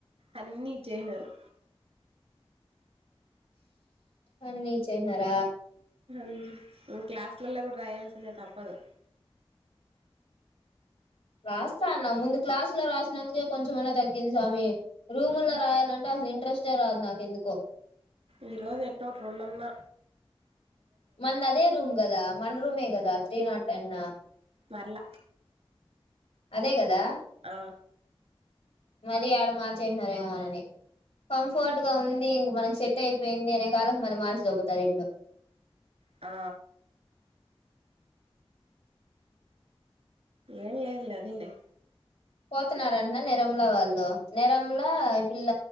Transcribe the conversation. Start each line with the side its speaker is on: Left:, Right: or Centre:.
Right: అన్నిీ ఇచ్చేసి నారు
Left: అన్నిీ ఇచ్చేసినార
Right: మ్ నువ్వు క్లాసులల్ల కూడా రాయాల్సిందే తప్పదు
Left: రాస్తా అన్న ముందు క్లాసు లో రాసినందుకే కొంచెమన్నా తగ్గింది స్వామి రూము లో రాయాలంటే అసల్ ఇంట్రెస్ట్ ఏ రాదు నాకు ఎందుకో
Right: ఈ రోజు ఎటోటి రెండన్న
Left: మన దదే రూమ్ కదా మన రూమే కదా త్రీ నాట్ టెన్
Right: మర్ల
Left: అదే గదా
Right: ఆ
Left: మళ్ళీ యాడ మార్చేసినారేమోనని కంఫర్ట్ గా ఉం ది ఇంక మనకి సెట్ అయిపోయింది అనే కాలక్ మళ్ళీ మార్చిదోబ్బుతారు ఇల్లు
Right: ఆ ఏం లేదులే అదేలే
Left: పోతున్నారంటన్న ని రూమ్లో వాళ్ళు ని రూమ్ లో ఈ పిల్ల